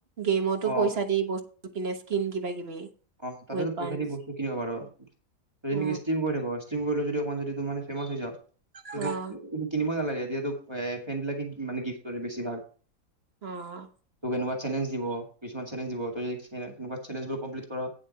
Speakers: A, on the right; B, on the right.
A: গেমতো
B: অ
A: পইচা দি বস্তু কিনে স্কিন কিবা কিবি
B: অ তাতেতো
A: ৱেপনচ
B: পইচা দি বস্তু কিনিব পাৰ যদি
A: অ,
B: নেকি ষ্ট্ৰীম কৰি থাক কৰিলে যদি অকণমান যদি ত মানে ফেমাছ হৈ যাও, ইটো
A: অ',
B: কিনিব নালাগে, এ দটোো এ <unintelligible> ফ্ৰেন্ড বিলাকে মানে গিফ্ট কৰে বেছিভাগ,
A: অঁ
B: কোনোবা ছেলেনজ দিব কিছুমান ছেলেনজ দিব তই যদি চে্ এনেকুৱা ছেলেনজ বোৰ কমপ্লিট কৰ'